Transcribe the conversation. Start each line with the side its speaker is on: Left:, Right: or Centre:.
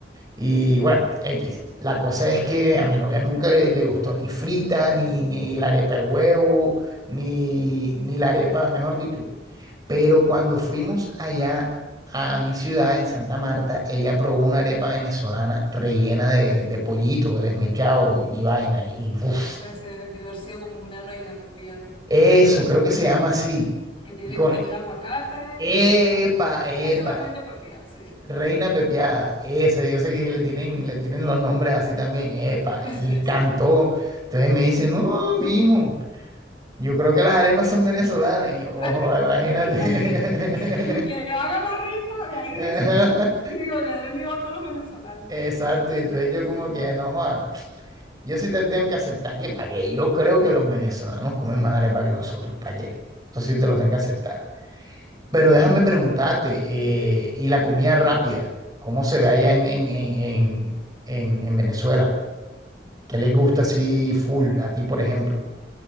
Right: Y bueno, X. La cosa es que a mi novia nunca le, le gustó ni frita, ni, ni la arepa de huevo, ni, ni la arepa, mejor dicho. Pero cuando fuimos allá a mi ciudad, en Santa Marta, ella probó una arepa venezolana rellena de, de pollito, de desmechado y vaina. Y uf,
Left: Esa debe ser- debe haber sido como una reina pepiada,
Right: eso, creo que se llama así.
Left: que tiene
Right: Y con,
Left: también aguacate
Right: epa,
Left: y es como una...
Right: epa,
Left: Esa es la reina pepiada, sí.
Right: Reina Pepiada, ese, yo sé que le tienen, le tienen los nombres así también, epa,
Left: <laughs>
Right: le
Left: Sí,
Right: encantó.
Left: sí.
Right: Entonces me dice, no, mijo, yo creo que las arepas son venezolanas. Y yo,
Left: <laughs>
Right: ojo, imagínate.
Left: Bien. <laughs> El que lo haga más rico, y ahí
Right: <laughs> Ajá,
Left: es, digo, le doy mi voto a los venezolanos.
Right: Exacto,
Left: Está bien,
Right: y entonces
Left: está bien,
Right: yo
Left: sí.
Right: como que, no, joda, yo sí te tengo que aceptar que, ¿para qué? Yo creo que los venezolanos comen más arepa que nosotros, ¿para qué? Eso sí te lo tengo que aceptar. Pero déjame
Left: Ujú.
Right: preguntarte, eh, ¿y la comida rápida? ¿Cómo se ve allá en, en, en, en, en- en Venezuela? ¿Qué les gusta así full? A ti, por ejemplo.